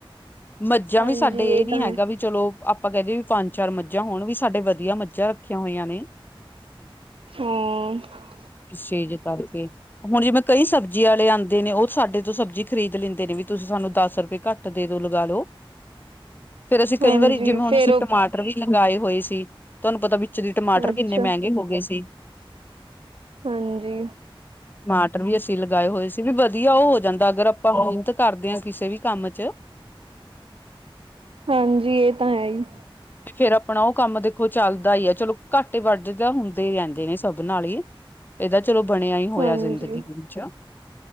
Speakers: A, on the left (about 20°); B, on the right (about 75°).
A: ਮੱਝਾਂ
B: ਹਾਂਜੀ
A: ਵੀ ਸਾਡੇ ਇਹ ਨੀ
B: ਤਾਂ ਹੈ
A: ਹੈਗਾ ਵੀ ਚਲੋ ਆਪਾਂ ਕਹਿਦਿਏ ਵੀ ਪੰਜ। ਚਾਰ ਮੱਝਾਂ ਹੋਣ ਵੀ ਸਾਡੇ ਵਧੀਆ ਮੱਝਾਂ ਰੱਖੀਆਂ ਹੋਈਆਂ ਨੇ।
B: ਹਾਂ
A: ਇਸੇ ਜੇ ਕਰਕੇ। ਹੁਣ ਜਿਵੇਂ ਕਈ ਸਬਜ਼ੀ ਵਾਲੇ ਲਿਆਉਂਦੇ ਨੇ, ਉਹ ਸਾਡੇ ਤੋਂ ਸਬਜ਼ੀ ਖਰੀਦ ਲੈਂਦੇ ਨੇ ਵੀ ਤੁਸੀਂ ਸਾਨੂੰ ਦਸ ਰੁਪਏ ਘੱਟ। ਦੇ ਦੋ ਲਗਾ ਲਓ, ਫੇਰ ਅਸੀਂ ਕਈ
B: ਹਾਂਜੀ
A: ਵਾਰੀ ਜਿਵੇਂ ਹੁਣ
B: ਫੇਰ
A: ਅਸੀਂ
B: ਉਹ
A: ਟਮਾਟਰ। ਮਟਰ ਵੀ ਲਗਾਏ ਹੋਏ ਸੀ, ਤੁਹਾਨੂੰ ਪਤਾ, ਵਿੱਚ ਦੇ ਟਮਾਟਰ
B: ਅੱਛਾ
A: ਕਿੰਨੇ ਮਹਿੰਗੇ ਹੋ ਗਏ ਸੀ।
B: ਹਾਂਜੀ।
A: ਟਮਾਟਰ ਵੀ ਅਸੀਂ ਲਗਾਏ ਹੋਏ ਸੀ ਵੀ ਵਧੀਆ ਉਹ ਹੋ ਜਾਂਦਾ ਅਗਰ ਆਪਾਂ ਮਿਹਨਤ ਕਰਦੇ ਹਾਂ ਕਿਸੇ ਵੀ ਕੰਮ 'ਚ।
B: ਹਾਂਜੀ, ਇਹ ਤਾਂ ਹੈ ਹੀ।
A: ਫੇਰ ਆਪਣਾ ਉਹ ਕੰਮ ਦੇਖੋ ਚੱਲਦਾ ਹੀ ਹੈ, ਚਲੋ ਘੱਟ ਵਾਧੇ ਤਾਂ ਹੁੰਦੇ ਰਹਿੰਦੇ ਨੇ ਸਭ ਨਾਲ ਹੀ। ਇਹਦਾ ਚਲੋ ਬਣਿਆ ਹੀ ਹੋਇਆ
B: ਹਾਂਜੀ
A: ਜ਼ਿੰਦਗੀ ਵਿੱਚ,